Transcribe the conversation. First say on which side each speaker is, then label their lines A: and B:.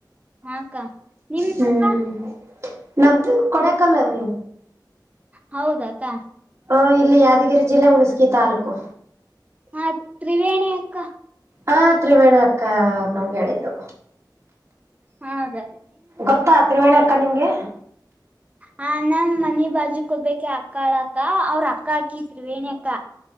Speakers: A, on the right; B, on the right.
A: ಹಾ ಅಕ್ಕ ನಿಮ್
B: ಹ್ಮ್
A: ಅಕ್ಕ
B: ನಮ್ದು ಕೊಡಕಲ್ಲಮ್ಮಿ
A: ಹೌದಾಕ್ಕ
B: ಹಾ ಇಲ್ಲಿ ಯಾದಗಿರಿ ಜಿಲ್ಲೆ ಹುಣಸಕಿ ತಾಲೂಕು
A: ಹಾ ತ್ರಿವೇಣಿ ಅಕ್ಕ
B: ಹಾ ತ್ರಿವೇಣ ಅಕ್ಕ ಅವ ನಮ್ಗೆ ಹೇಳಿದ್ದು
A: ಹೌದ
B: ಗೊತ್ತಾ ತ್ರಿವೇಣಿ ಅಕ್ಕ ನಿಂಗೆ
A: ಹ ನಮ ಮನಿ ಬಾಜುಕ್ ಹೋಗ್ಬ ಅಕ್ಕಳ ಅಕ್ಕ ಅವ್ರ ಅಕ್ಕ ಹಾಕ ತ್ರಿವೇಣಿ ಅಕ್ಕ